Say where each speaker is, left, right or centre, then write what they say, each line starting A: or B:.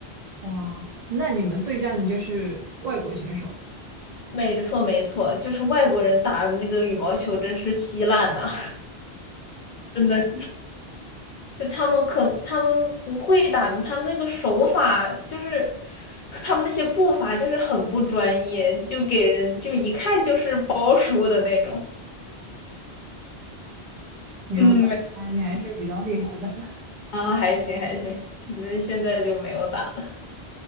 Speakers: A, on the right; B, on the left.
A: 哇，那你们对战的就是外国选手，
B: 没错，没错，就是外国人打那个羽毛球真是稀烂呐、<laughs> 真的。就他们可他们不会打，他们那个手法就是他们那些步伐就是很不专业，就给人就一看就是包输的那种。
A: 牛的，
B: 嗯，没
A: 哎，你还是比较厉害的。
B: 啊，还行还行，那现在就没有打。了。